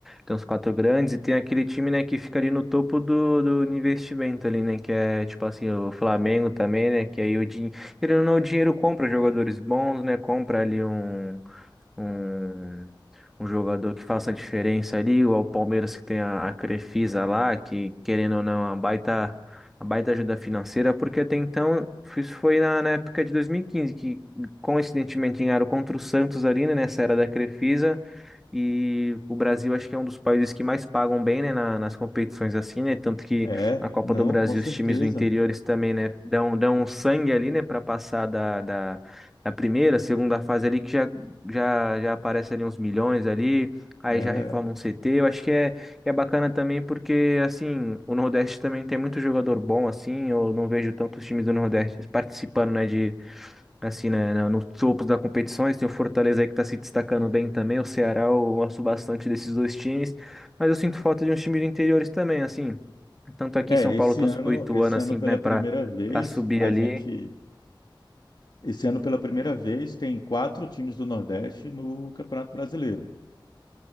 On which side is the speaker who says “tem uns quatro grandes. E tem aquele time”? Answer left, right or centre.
Centre